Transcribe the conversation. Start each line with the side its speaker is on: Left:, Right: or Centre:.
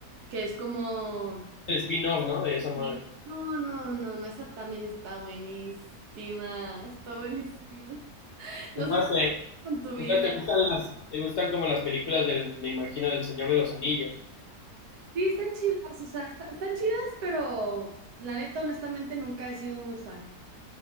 Right: que es como...
Left: el spin-off, ¿no? De esa madre.
Right: Sí. No, no, no, no, esa también está buenísima, está buenísima. <laughs>
Left: Entonces,
Right: No sé qué haces
Left: eh,
Right: con tu vida.
Left: entonces te
Right: neta.
Left: gustan las, te gustan como las películas del, me imagino, del Señor de los Anillos.
Right: Sí, están chidas, o sea, está- están chidas, pero la neta, honestamente, nunca he sido muy fan.